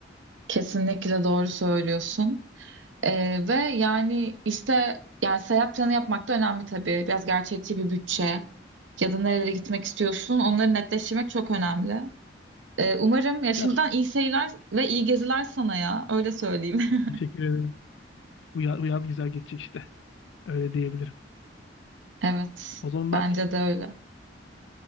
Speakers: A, on the right; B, on the left.
A: Kesinlikle doğru söylüyorsun. Ee, ve yani işte yani seyahat planı yapmak da önemli tabii. Biraz gerçekçi bir bütçe ya da nerelere gitmek istiyorsun onları netleştirmek çok önemli. Ee, umarım ya şimdiden
B: Ya
A: iyi seyirler ve iyi geziler sana ya öyle söyleyeyim. <laughs>
B: teşekkür ederim. Bu, ya- bu yaz güzel geçecek işte. Öyle diyebilirim.
A: Evet
B: O zaman
A: bence
B: ben
A: de öyle.